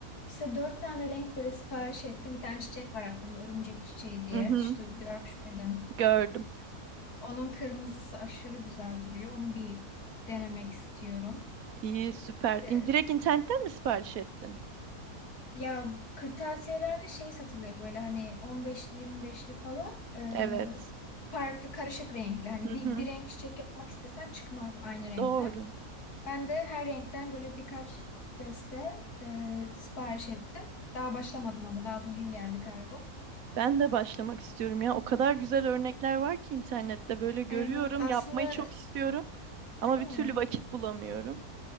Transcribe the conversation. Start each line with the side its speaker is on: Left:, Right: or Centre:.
Left: işte dört tane renk böyle sipariş ettim. Bir tane çiçek var aklımda örümcek çiçeği diye.
Right: Hı hı,
Left: Hiç du- görmüş müydün?
Right: gördüm.
Left: Onun kırmızısı aşırı güzel duruyor. Onu bir denemek istiyorum.
Right: İyi, süper.
Left: Ee,
Right: İn- Direkt internetten mi sipariş ettin?
Left: ya bu kırtasiyelerde şey satılıyor böyle hani on beşli, yirmi beşli falan. Ee,
Right: Evet.
Left: farklı karışık renkli. Hani
Right: Hı
Left: bir,
Right: hı,
Left: bir renk çiçek yapmak istesen çıkmaz aynı renkten.
Right: doğru.
Left: Ben de her renkten böyle birkaç deste e, sipariş ettim. Daha başlamadım ama daha bugün geldi kargo.
Right: Ben de başlamak istiyorum ya. O kadar güzel örnekler var ki internette böyle görüyorum.
Left: Evet, aslında
Right: Yapmayı çok istiyorum ama
Left: değil
Right: bir türlü
Left: mi?
Right: vakit bulamıyorum.